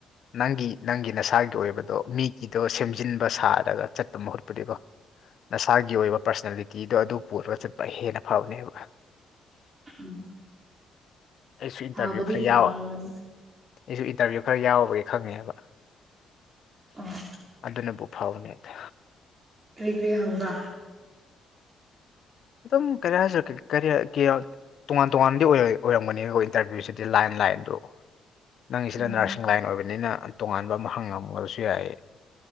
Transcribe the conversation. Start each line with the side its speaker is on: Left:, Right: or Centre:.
Left: ꯅꯪꯒꯤ ꯅꯪꯒꯤ ꯅꯁꯥꯒꯤ ꯑꯣꯏꯕꯗꯣ ꯃꯤꯒꯤꯗꯣ ꯁꯦꯝꯖꯤꯟꯕ ꯁꯥꯔꯒ ꯆꯠꯄ ꯃꯍꯨꯠꯄꯨꯗꯤꯀꯣ ꯅꯁꯥꯒꯤ ꯑꯣꯏꯕ ꯄꯥꯔꯁꯅꯦꯂꯤꯇꯤꯗꯣ ꯑꯗꯨ ꯄꯨꯔꯒ ꯆꯠꯄ ꯍꯦꯟꯅ ꯐꯕꯅꯦꯕ
Right: <unintelligible>
Left: ꯑꯩꯁꯨ ꯏꯟꯇꯔꯚ꯭ꯌꯨ
Right: ꯐꯕꯗꯤ
Left: ꯈꯔ
Right: ꯐꯔꯝꯒꯅꯤ
Left: ꯌꯥꯎꯋ ꯑꯩꯁꯨ ꯏꯟꯇꯔꯚ꯭ꯌꯨ ꯈꯔ ꯌꯥꯎꯔꯨꯕꯒꯤ ꯈꯪꯉꯦꯕ
Right: ꯑꯣ
Left: ꯑꯗꯨꯅꯕꯨ ꯐꯥꯕꯅꯦꯗ
Right: ꯀꯔꯤ ꯀꯔꯤ ꯍꯪꯕ꯭ꯔꯥ
Left: ꯑꯗꯨꯝ ꯀꯔꯤ ꯌꯥꯏꯁꯤꯔꯥ ꯀ ꯀꯔꯤ <unintelligible> ꯇꯣꯉꯥꯟ ꯇꯣꯉꯥꯟꯗꯤ ꯑꯣꯏꯔ ꯑꯣꯏꯔꯝꯒꯅꯤꯕ ꯑꯣꯏ ꯇꯥꯔꯗꯤ ꯁꯤꯗꯤ ꯂꯥꯏꯟ ꯂꯥꯏꯟꯗꯨ ꯅꯪꯒꯤꯁꯤꯅ
Right: ꯎꯝ
Left: ꯅꯔꯁꯤꯡ ꯂꯥꯏꯟ ꯑꯣꯏꯕꯅꯤꯅ ꯇꯣꯉꯥꯟꯕ ꯑꯃ ꯍꯪꯉꯝꯕꯁꯨ ꯌꯥꯏ